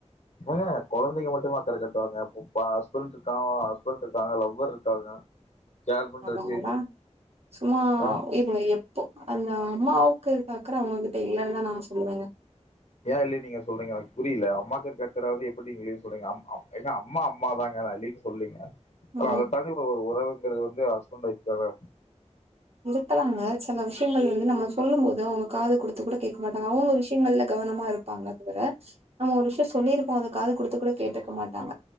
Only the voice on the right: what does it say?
ஆமாங்கள சும்மா
இவள எப்போ அந்த அம்மாவுக்கு இருக்க அக்கற அவங்ககிட்ட இல்லன்னுதா நா சொல்லுவேங்க
ஆ
இருக்கலாங்க செல விஷயங்கள் வந்து நம்ம சொல்லும் போது அவுங்க காது குடுத் து கூட கேட்க மாட்டாங்க அவுங்க விஷயங்கள்ல கவனமா இருப்பாங்கள தவ்ர நம்ம ஒரு விஷயொ சொல்லிருப்போ அத காது குடுத்து கூட கேட்டுக்க மாட்டாங்க